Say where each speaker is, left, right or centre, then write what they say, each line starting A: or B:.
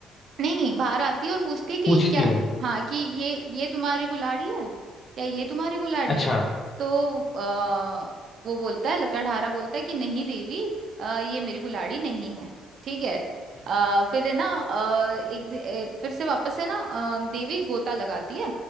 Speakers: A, on the right; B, on the left.
A: नहीं नहीं बाहर आती है और पूछती है कि
B: पूछती
A: क्या
B: है
A: हाँ कि ये ये तुम्हारी कुल्हाड़ी है क्या ये तुम्हारी कुल्हाड़ी
B: अच्छा
A: है तो आ, वो बोलता है लकड़हारा बोलता है कि नहीं देवी आ, ये मेरी कुल्हाड़ी नहीं है ठीक है
B: मतलब
A: आ, फिर है ना आ, एक दि- ए, फिर से वापस है ना अ, देवी गोता लगाती है